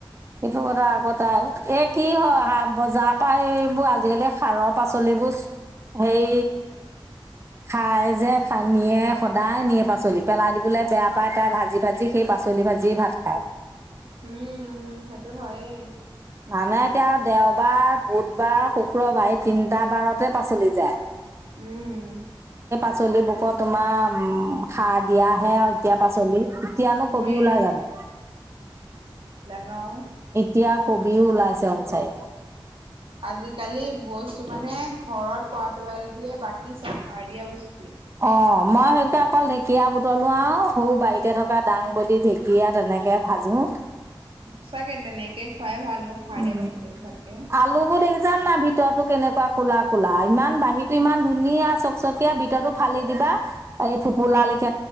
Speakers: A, on the right (about 30°); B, on the right (about 85°).
A: সেইটো কথা আ তাই এ কি হয় বজাৰ পৰা এইবোৰ আজিকালি সাৰৰ পাচলিবোৰ সেই খাই যে
B: উম
A: খানিয়ে সদায় নিয়ে পাচলি পেলাই দিবলৈ বেয়া পায় তাই ভাজি ভাজি সেই পাচলি ভাজিয়ে ভাত খায়
B: উম সেইটো হয়েই
A: মানে এতিয়া দেওবাৰ বুধবাৰ শুক্ৰবাৰ এই তিনিটা বাৰতে পাচলি যায়
B: উম
A: পাচলিবোৰোত তোমাৰ সাৰ দিয়া। হে আৰু এতিয়া পাচলি, এতিয়ানো কবি
B: হয়ে
A: ওলাই জানো।
B: গাওঁ
A: এতিয়া কবিও ওলাইছে আনছাই।
B: আজিকালি বস্তু মানে ঘৰত কৰাটোৰ বাদে বাকি চব সাৰ দিয়া বস্তু।
A: অ' মই সেইতে অকল ঢেকীয়া বু বুতলো আৰু সৌ বাৰীতে থকা দাংবদি ঢেঁকীয়া তেনেকে ভাজো।
B: সঁচাকে তেনেকে খুৱাই ভাল অ সাৰ
A: উম
B: দিয়া পাচলিবোৰ খোৱাতকে
A: আলু বোৰ দেখিছান না ভিতৰতো কেনেকুৱা কোলা কোলা ইমান বাহিৰতো ইমান ধুনীয়া চকচকীয়া ভিতৰতো ফালি দিবা এই ফোপোলা ওলাই